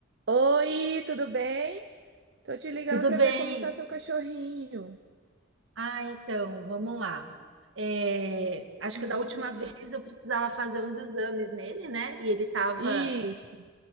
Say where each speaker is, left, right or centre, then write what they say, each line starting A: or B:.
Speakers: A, on the right; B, on the right.
A: Oi, tudo bem? Tô te ligando
B: Tudo
A: pra
B: bem?
A: ver como tá seu cachorrinho.
B: Ah, então, vamos lá. É, acho
A: Hum.
B: que da última vez eu precisava fazer uns exames nele, né? E ele estava
A: Isso.